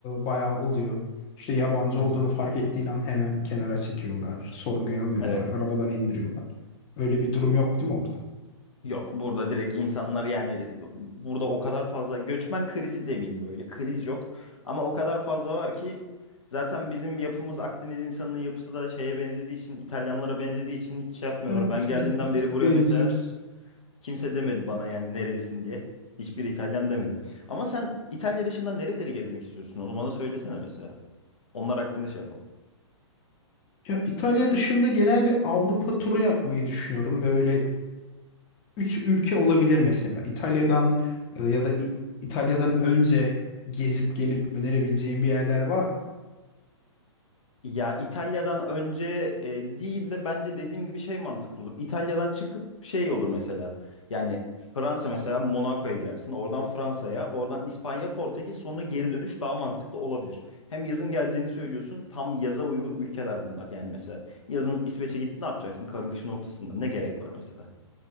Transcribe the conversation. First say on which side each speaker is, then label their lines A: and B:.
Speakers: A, on the left (about 30°); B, on the left (about 90°).
A: bayağı oluyor. İşte yabancı
B: Hı hı.
A: olduğunu fark ettiğin an hemen kenara çekiyorlar, sorguya alıyorlar,
B: Evet.
A: arabadan indiriyorlar. Öyle bir durum yok değil mi orada?
B: Yok burada direkt insanlar yani burada o kadar fazla göçmen krizi demeyeyim böyle. Kriz yok. Ama o kadar fazla var ki zaten bizim yapımız Akdeniz insanının yapısı da şeye benzediği için İtalyanlara benzediği için hiç şey yapmıyorlar.
A: Evet,
B: Ben geldiğimden
A: bir, bir
B: beri
A: tık
B: buraya
A: benziyoruz.
B: mesela Kimse demedi bana yani neredesin diye. Hiçbir İtalyan demedi. Ama sen İtalya dışında nereleri gezmek istiyorsun? Onu bana söylesene mesela. Onlar hakkında şey yapalım.
A: Ya İtalya dışında genel bir Avrupa turu yapmayı düşünüyorum. Böyle üç ülke olabilir mesela. İtalya'dan e, ya da İ- İtalya'dan önce gezip gelip önerebileceğim bir yerler var mı?
B: Ya İtalya'dan önce e, değil de bence dediğim gibi şey mantıklı olur. İtalya'dan çıkıp şey olur mesela. Yani Fransa mesela Monaco'ya girersin. Oradan Fransa'ya, oradan İspanya, Portekiz sonra geri dönüş daha mantıklı olabilir. Hem yazın geleceğini söylüyorsun. Tam yaza uygun ülkeler bunlar. Yani mesela yazın İsveç'e gidip ne yapacaksın? Karın kışın ortasında ne gerek var mesela?